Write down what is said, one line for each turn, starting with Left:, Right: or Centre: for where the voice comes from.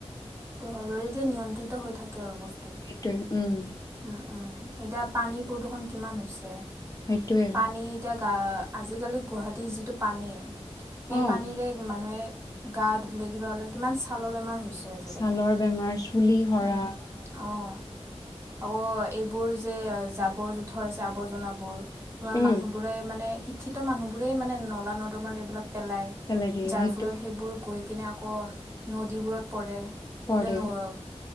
Right: সেইটো নিয়ন্ত্ৰিত হৈ থাকে আৰু বস্তু
Left: সেইটোৱে, উম।
Right: উ, উ, এতিয়া পানী প্ৰদূষণ কিমান হৈছে।
Left: সেইটোৱে
Right: পানী এতিয়া আ, আজিকালি গুৱাহাটীৰ যিটো পানী সেই
Left: অ
Right: পানীৰে মানুহে গা <unintelligible> কিমান ছালৰ বেমাৰ হৈছে আজি,
Left: ছালৰ
Right: কালি
Left: বেমাৰ চুলি সৰা
Right: অ'। অ, এইবোৰ যে, জাবৰ, জোঁথৰ আছে আৱৰ্জনাবোৰ। ইমান
Left: উম,
Right: মানুহ বোৰে মানে শিক্ষিত মানুহ বোৰে মানে নলা, নদ <unintelligible> এইবিলাক পেলায়
Left: গেলেৰিয়া
Right: যাৰ
Left: সেইটো
Right: ফলত সেইবোৰ গৈ কিনে আকৌ নদীবোৰত পৰে। তেতিয়া
Left: পৰে
Right: ন,